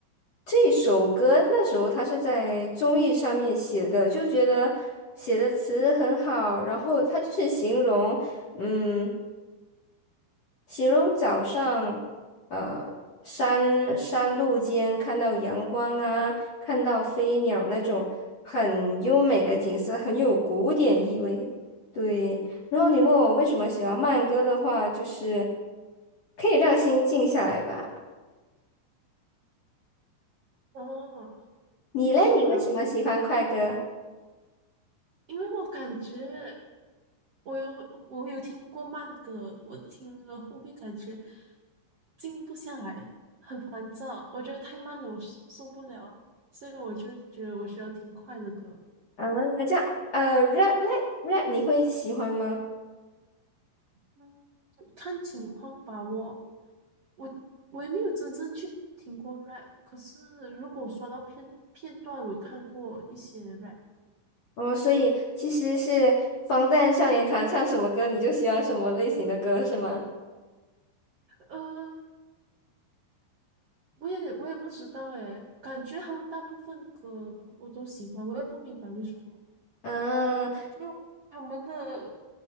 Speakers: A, on the left; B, on the right.
A: 这首歌那时候他是在综艺上面写的，就觉得写的词很好，然后他就是形容，嗯。形容早上，呃，山山路间看到阳光啊，看到飞鸟那种很优美的景色，很有古典意味。对，然后你问我为什么喜欢慢歌的话，就是可以让心静下来吧。
B: 哦，
A: 你嘞，
B: 是吗？
A: 你为什么喜欢快歌？
B: 我因为我感觉我有我有听过慢歌，我听了后会感觉静不下来，很烦躁。我觉得太慢了，我受受不了，所以我就觉得我需要听快的歌。
A: 啊，这样，呃，rap 嘞，rap 你会喜欢吗？
B: 嗯，看情况吧。我我我也没有真正去听过 rap，可是如果刷到片片段，我有看过一些 rap。
A: 哦，所以其实是防弹少年团唱什么歌，你就喜欢什么类型的歌，是吗？
B: 呃，我也我也不知道诶，感觉他们大部分歌我都喜欢，我也不明白为什么，
A: 嗯，
B: 就他们的